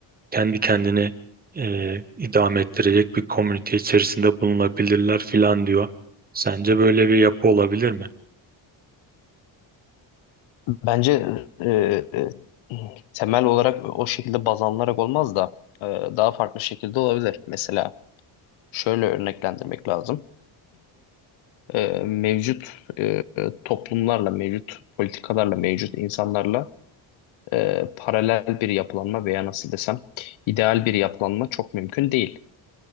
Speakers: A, on the right (about 20°); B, on the left (about 80°).
A: kendi kendini e, idame ettirecek bir komünite içerisinde bulunabilirler filan diyor. Sence böyle bir yapı olabilir mi?
B: Bence e, temel olarak o şekilde baz alınarak olmaz da e, daha farklı şekilde olabilir. Mesela şöyle örneklendirmek lazım. E, mevcut e, toplumlarla, mevcut politikalarla, mevcut insanlarla e, paralel bir yapılanma veya nasıl desem ideal bir yapılanma çok mümkün değil.